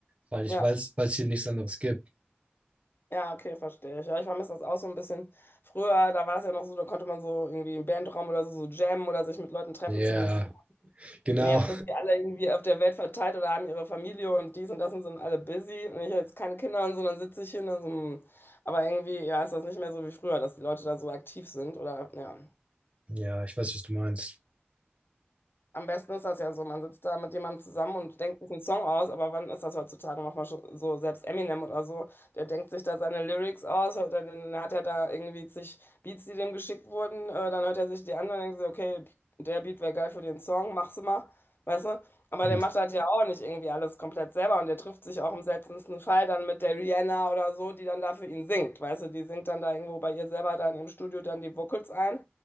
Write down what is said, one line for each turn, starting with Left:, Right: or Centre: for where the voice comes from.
Right: weil ich
Left: ja.
Right: weiß, weil es hier nichts anderes gibt.
Left: Ja, okay, verstehe ich. Ja, ich vermisse das auch so ein bisschen. Früher, da war das ja noch so, da konnte man so irgendwie im Bandraum oder so, so jammen oder sich mit Leuten treffen
Right: Ja,
Left: zur Musik.
Right: genau.
Left: Und jetzt sind die alle irgendwie auf der Welt verteilt oder haben ihre Familie und dies und das und sind alle busy. Und ich habe jetzt keine Kinder und so, dann sitze ich hier und dann so. hm. Aber irgendwie, ja, ist das nicht mehr so wie früher, dass die Leute da so aktiv sind oder ja.
Right: Ja, ich weiß, was du meinst.
Left: Am besten ist das ja so, man sitzt da mit jemandem zusammen und denkt sich einen Song aus, aber wann ist das heutzutage nochmal so, so, selbst Eminem oder so, der denkt sich da seine Lyrics aus, dann dann hat er da irgendwie zig Beats, die dem geschickt wurden, äh, dann hört er sich die an und denkt sich, okay, der Beat wäre geil für den Song, mach's mal, weißt du? Aber
Right: Hm.
Left: der macht das ja auch nicht irgendwie alles komplett selber und der trifft sich auch im seltensten Fall dann mit der Rihanna oder so, die dann da für ihn singt, weißt du? Die singt dann da irgendwo bei ihr selber da in ihrem Studio dann die Vocals ein